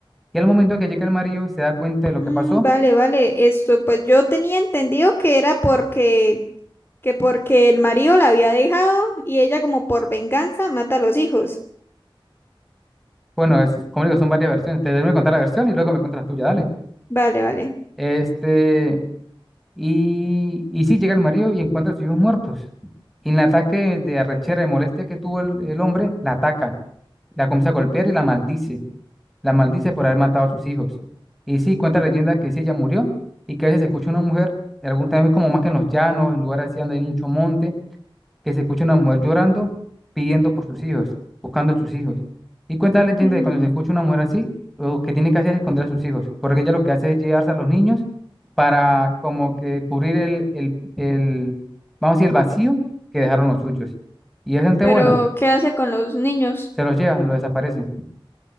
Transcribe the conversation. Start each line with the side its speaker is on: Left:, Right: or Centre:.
Centre: Y al momento que llega el marido y se da cuenta de lo
Left: Mm,
Centre: que pasó,
Left: vale, vale. Esto, pues yo tenía entendido que era porque, que porque el marido la había dejado y ella como por venganza mata a los hijos.
Centre: bueno, es, como digo, son varias versiones. Te debo contar la versión y luego me cuentas la tuya, dale.
Left: Vale, vale.
Centre: Este, y, y sí, llega el marido y encuentra a sus hijos muertos. Y en el ataque de arrechera y molestia que tuvo el el hombre, la ataca La comienza a golpear y la maldice. La maldice por haber matado a sus hijos. Y sí, cuenta la leyenda que sí, ella murió y que a veces se escucha una mujer, en algún también como más que en los llanos, en lugares así donde hay mucho monte, que se escucha una mujer llorando, pidiendo por sus hijos, buscando a sus hijos. Y cuenta la leyenda
Left: Ujú.
Centre: de cuando se escucha una mujer así, lo que tiene que hacer es esconder a sus hijos, porque ella lo que hace es llevarse a los niños para como que cubrir el, el, el, vamos a decir, el vacío que dejaron los suyos. Y es gente
Left: Pero,
Centre: buena,
Left: ¿qué hace con los niños?
Centre: se los lleva, los desaparece.